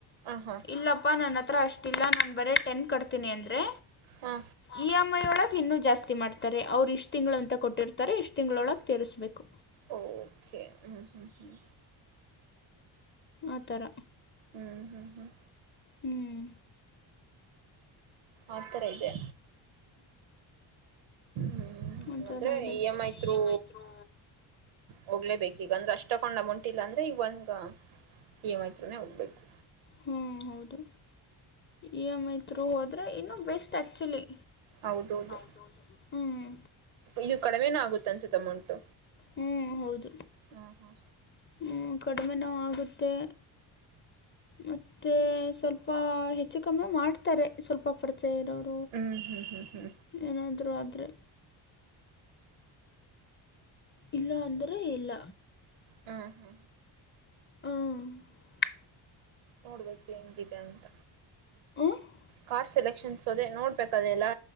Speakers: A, on the right; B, on the left.
A: ಆ ಹಾ
B: ಇಲ್ಲಪ್ಪಾ ನನ್ನ ಹತ್ರ ಅಷ್ಟಲ್ಲ ನಾನು ಬರೇ ಟೆನ್ ಕಡ್ತೀನಿ ಅಂದರೆ
A: ಹಾ
B: ಈ ಎಮ್ ಐ ಒಳಗೆ ಇನ್ನೂ ಜಾಸ್ತಿ ಮಾಡ್ತಾರೆ ಅವ್ರು ಇಷ್ಟು ತಿಂಗಳು ಅಂತ ಕೊಟ್ಟಿರ್ತಾರೆ ಇಷ್ಟು ತಿಂಗಳೊಳಗೆ ತಿರಿಸ್ಬೇಕು.
A: ಓಕೆ ಹ್ಮ್ ಹ್ಮ್ ಹ್ಮ್
B: ಆಥರ
A: ಹ್ಮ್ ಹ್ಮ್ ಹ್ಮ್
B: ಹ್ಮ್
A: ಆಥರ ಇದೆ ಹ್ಮ್
B: ಆತರ
A: ಅಂದ್ರೆ
B: ಇದೆ
A: ಇ
B: ಈ
A: ತ್ರೂ
B: ಎಮ್ ಐ ಐತ್ರು
A: ಹೋಗ್ಲೇಬೇಕು ಈಗ ಅಂದ್ರೆ ಅಷ್ಟ ತಕೊಂಡ್ ಅಮೌಂಟ್ ಇಲ್ಲ ಅಂದ್ರೆ ಈಗ ಒಂದು ಈಮತ್ರುನೆೇ ಹೋಗ್ಬೇಕು.
B: ಹ ಹೌದು ಇ ಎಮ್ ಐ ಥತ್ರೂ ಇನ್ನೂ ಬೆಸ್ಟ್ ಆ್ಯಕ್ಚುಲಿ
A: ಹೌದೌದು
B: ಹೌ ಹ್ಮ್
A: ಇದು ಕಡಿಮೆನು ಆಗುತ್ತೆ ಅನಿಸುತ್ತೆ ಅಮೌಂಟು
B: ಹ್ಮ್ ಹೌದು
A: ಹಾ ಹಾ
B: ಹ್ಮ ಕಡಿಮೆನು ಆಗುತ್ತೆ. ಮತ್ತೆ ಸ್ವಲ್ಪ ಹೆಚ್ಚು ಕಮ್ಮೆ ಮಾಡ್ತಾರೆ ಸ್ವಲ್ಪ ಪರಿಚಯ ಇರೋರು.
A: ಹ್ಮ ಹ್ ಹ್ ಹ್.
B: ಏನಾದರೂ ಆದರೆ ಇಲ್ಲ ಅಂದ್ರೆ ಇಲ್ಲ.
A: ಹ್ಮ್ ಹ.
B: <unintelligible>
A: ನೋಡ್ಬೇಕು ಹೆಂಗಿದೆ ಅಂತ.
B: ಹ್ಞೂ
A: ಕಾರ್ ಸೆಲೆಕ್ಷನ್ಸ್ ಅದೆೇ ನೋಡ್ಬೇಕ ಅದೆ ಎಲ್ಲ